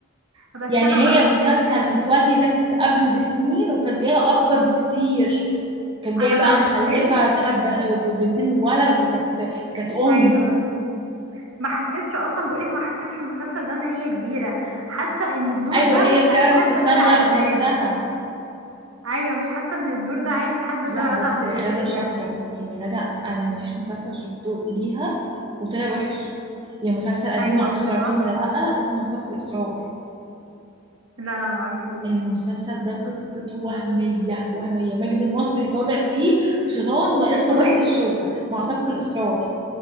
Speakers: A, on the right (about 80°); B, on the right (about 20°).
A: بس
B: يعني
A: انا ما
B: هي
A: حسيتش
B: مسلسل متولي ده كانت قبله بسنين وكانت جايه اكبر بكتير كانت جايه
A: انا
B: بقى
A: ما حسيتش
B: مخلفه ثلاث بنتين وولد وكانت كانت ام
A: ايوه ما حسيتش اصلا بقولك ما حسيتش في المسلسل ده ان هي كبيرة حاسة ان الدور
B: ايوه
A: ده
B: هي
A: مش
B: بتعرف
A: عايز حد
B: تصغر
A: غير ع- غادة
B: نفسها
A: ايوه مش حاسة ان الدور ده عايز حد غير
B: لا بس
A: غادة عبد الرازق
B: غادة
A: بجد
B: شاطره يعني غادة انا مفيش مسلسل شفته ليها وطلع وحش يعني مسلسل قديم
A: ايوه
B: معرفش
A: بالظبط
B: تعرفيه ولا لا اسمه مسابقة الإصرار
A: لا لا معرفوش
B: المسلسل ده قصته وهمية وهمية ماجد المصري طالع فيه شيطان ناقص
A: اسمه
B: له
A: ايه
B: بس الشوكة مع سبق الإصرار